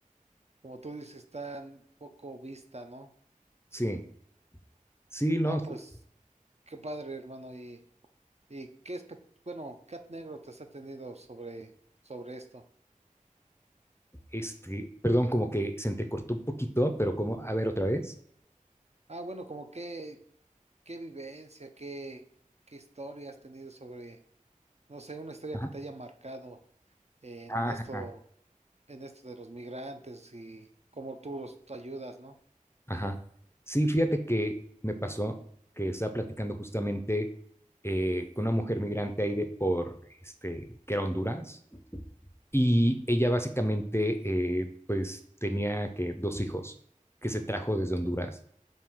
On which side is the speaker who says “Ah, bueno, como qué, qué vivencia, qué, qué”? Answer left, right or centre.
Right